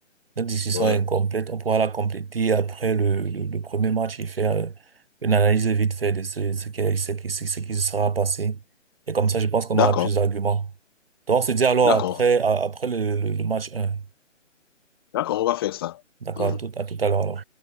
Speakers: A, on the right; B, on the left.
A: Notre discussion
B: Ouais.
A: est incomplète. On pourra la compléter après le, le, le premier match et faire euh, une analyse vite fait de ce, ce qui, ce qui, ce qui se sera passé. Et comme ça, je pense qu'on
B: D'accord,
A: aura plus d'arguments. Donc, on se dit alors
B: d'accord,
A: après, à- après le, le le match un.
B: d'accord, on va faire ça.
A: D'accord,
B: Hmm.
A: à tout, à tout à l'heure alors.